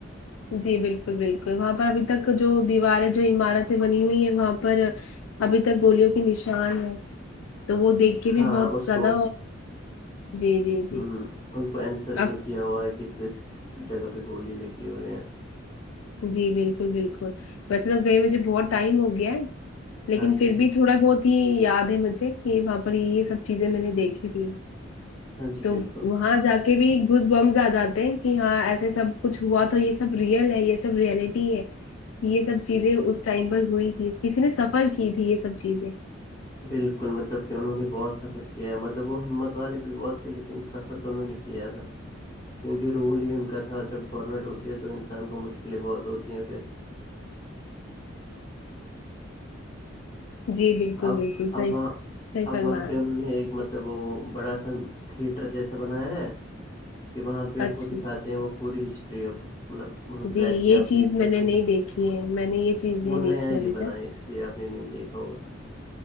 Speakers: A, on the left; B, on the left.
A: جی بالکل بالکل وہاں پر ابھی تک جو دیواریں جو عمارتیں بنی ہوئی ہے وہاں پر ابھی تک گولوں کے نشان ہے تو وہ دیکھ کہ
B: ہاں
A: بھی بہت
B: اس
A: زیادہ
B: کو
A: جی جی
B: ہ
A: جی
B: ان کو انسرکل
A: ا
B: کیا ہوا ہے کہ کس کس جگہ پہ گولی لگی ہوئے ہے
A: جی بالکل بالکل مسلب گئی مجھے بہت ٹائم ہو گیا ہے لیکن
B: ہاں جی
A: پھر بھی تھوڑا بہت ہی یاد ہے مجھے کہ وہاں پر یہ سب چیزیں میں نے دیکھی تھی
B: ہاں جی
A: تو
B: بالکل
A: وہاں جا کے کے بھی گز بمز آ جاتے ہیں کہ ہاں ایسے سب کچھ ہوا تو یہ سب ریئل ہے یہ سب ریئلٹی ہے کہ یہ سب چیزیں اس ٹائم پر ہوئی تھی کسی نے سفر کی تھی یہ سب چیزیں
B: بالکل مطلب کہ انہوں نے بہت سفر کیا ہے مطلب وہ ہمت والے بھی بہت تھے لیکن سفر تو انہوں نے کیا تھا کیونکہ رول ہی ان کا تھا جب گورنمنٹ ہوتی ہے تو انسان کو مشکلیں بہت ہوتی ہیں پھر
A: جی بالکل
B: اب
A: بالکل
B: اب
A: صحیح
B: وہاں
A: صحیح
B: اب
A: فرمایا
B: وہاں پہ انہوں نے ایک مطلب تب وہ بڑا سا تھیئٹر جیسا بنایا ہے کہ وہاں پہ
A: اچھا
B: وہ دکھاتے
A: اچھا
B: ہیں وہ پوری ہسٹری اب مطلب وہاں پہ
A: جی
B: بیٹھ
A: یہ
B: کے آپ
A: چیز
B: دیکھ سکتے
A: میں نے نہیں
B: ہو
A: دیکھی ہے میں نے یہ چیز نہیں
B: وہ
A: دیکھی
B: نیا یہ
A: ابھی
B: بنا
A: تک
B: ہے اس لیے آپ آ نے نہیں دیکھا ہوگا